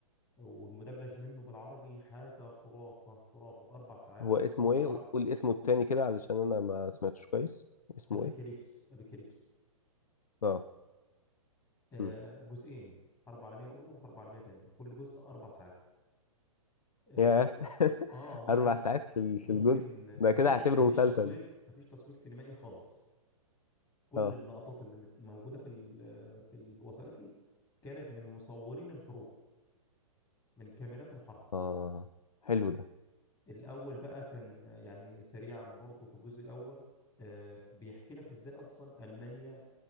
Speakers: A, on the left; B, on the left.
A: والمدبلج منه بالعربي حاجه خرافه خرافه اربع ساعات
B: هو اسمه
A: كل
B: إيه؟
A: حرب
B: قول اسمه التاني كده علشان أنا ما سمعتش كويس اسمه
A: ابيكاليبس
B: إيه؟
A: ابيكاليبس
B: اه
A: آه،
B: م.
A: جزئين حرب عالمية أولى وحرب عالمية تانية كل جزء أربع ساعات آه،
B: ياه
A: ممكن
B: <laughs>
A: آه ممكن
B: أربع ساعات في ال- في
A: ممكن
B: الجزء ده
A: مفيش
B: كده هعتبره
A: مفيش
B: مسلسل
A: تصوير مفيش تصوير سينمائي خالص كل
B: اه
A: اللقطات اللي مت- موجودة في ال- في الوثائقي كانت من مصورين الحروب من كاميرات الحرب
B: اه حلو ده
A: الأول بقى كان آه، يعني سريعا برضه في الجزء الأول آه، بيحكي لك إزاي أصلا ألمانيا